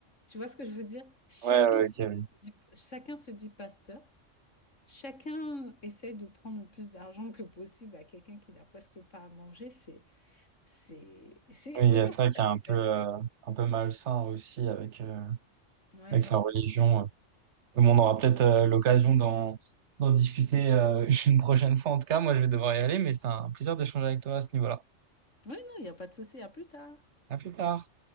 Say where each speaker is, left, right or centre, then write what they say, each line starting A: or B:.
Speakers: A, on the left; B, on the right.
A: Tu vois ce que je veux dire? Chacun
B: Ouais, ouais,
A: se
B: ok, oui.
A: dit, chacun se dit pasteur. Chacun essaie de prendre le plus d'argent que possible à quelqu'un qui n'a presque pas à manger. C'est, c'est, c'est,
B: Oui,
A: regarde
B: il y a ça
A: cette
B: qui est
A: application.
B: un peu, euh, un peu malsain aussi avec, euh,
A: Ouais,
B: avec
A: non.
B: la religion. Mais bon, on aura peut-être euh, l'occasion d'en, d'en discuter euh, <laughs> une prochaine fois. En tout cas, moi, je vais devoir y aller, mais c'était un plaisir d'échanger avec toi à ce niveau-là.
A: Ouais, non, il n'y a pas de souci. À plus tard.
B: À plus tard.